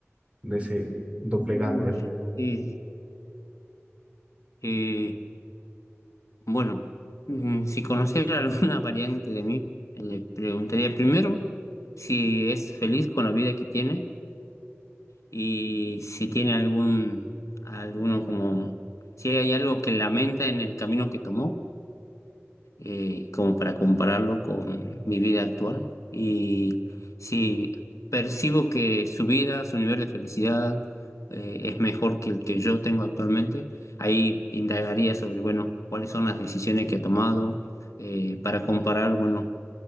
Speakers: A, on the right; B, on the left.
A: de ese doppelganger?
B: Uy, eh, eh, bueno, mm, si conociera <laughs> alguna variante de mí, le preguntaría primero si es feliz con la vida que tiene y si tiene algún, alguno como, si hay algo que lamenta en el camino que tomó eh, como para compararlo con mi vida actual. Y si percibo que su vida, su nivel de felicidad eh, es mejor que el que yo tengo actualmente, ahí indagaría sobre, bueno, cuáles son las decisiones que ha tomado eh, para comparar, bueno,